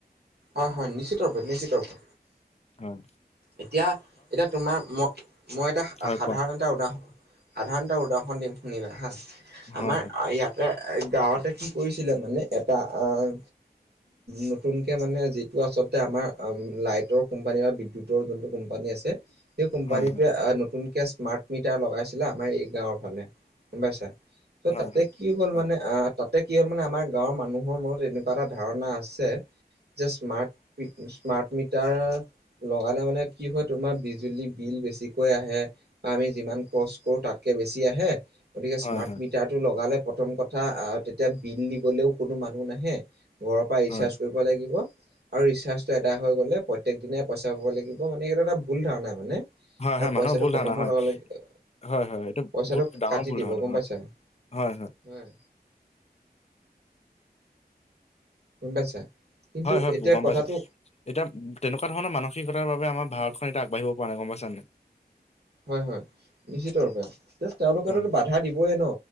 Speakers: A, on the right (about 75°); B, on the left (about 40°).
A: অ হয় নিশ্চিত ৰূপে নিশ্চিত ৰূপে
B: অহ
A: এতিয়া এতিয়া তোমাৰ মই মই এতিয়া
B: হয়
A: সাধাৰণ
B: কোৱা
A: এটা উদাহৰণ সাধাৰণ এটা উদাহৰণ দিম শুনিবা হা
B: হয়
A: আমাৰ ইয়াত এ গাঁৱতে কি কৰিছিলে মানে এটা আহ নতুনকে মানে যি আচলতে আমাৰ লাইটৰ কোম্পানী বা বিদ্যুত ওপৰৰ যোনটো কোম্পানী আছে সেই
B: হয়
A: কোম্পানীটোৱে
B: হয়
A: আহ নতুনকে স্মাৰ্ট মিটাৰ লগাইছিলে আমাৰ এই গাঁওৰ ফালে গম পাইছা ত'
B: হয়
A: তাতে
B: হয়
A: কি হ'ল
B: হয়
A: মানে আহ তাত তাতে কি হল মানে আমাৰ গাঁৱৰ মানুহৰ মনত এনেকুৱা এটা ধাৰণা আছে যে স্মাৰ্ট স্মাৰ্ট মিটাৰ লগালে মানে কি হয় তোমাৰ বিজুলী বিল বেছিকৈ আহে বা আমি যিমান খৰচ কৰো তাতকে বেছি আহে গতিকে
B: হয়
A: স্মাৰ্ট
B: হয় হয়
A: মিটাৰটো লগালে প্ৰথম কথা আহ তেতিয়া বিল দিবলেও কোনো মানুহ নাহে ঘৰৰ পৰা ৰিচাৰ্জ
B: হয়
A: কৰিব লাগিব আৰু ৰিচাৰ্জটো এটা হৈ গ'লে প্ৰত্যেক দিনে পইচা ভৰিব লাগিব মানে এইটো এটা ভুল ধাৰণা মানে
B: হয়
A: আৰু
B: হয়
A: পইচাটো
B: মানুহৰ ভুল
A: খতম
B: ধাৰণা
A: হোৱাৰ
B: হয়
A: লগে লগে
B: হয় হয় এইটো
A: পইচাটো
B: বহুত ডাঙৰ
A: কাটি
B: ভুল
A: দিব
B: ধাৰণা
A: গম
B: হয়
A: পাইছা
B: হয় হয়
A: হয় গম পাইছা কিন্তু
B: হয় হয়
A: এতিয়া
B: গম
A: কথাটো
B: পাইছো এতিয়া তেনেকুৱা ধৰণৰ মানসিকতাৰ বাবে আমাৰ ভাৰতখন এতিয়া আগবাঢ়িব পৰা নাই গম পাইছানে
A: হয় হয় নিশ্চিত ৰূপে তেওঁলোকেতো
B: হয়,
A: বাধা দিবই ন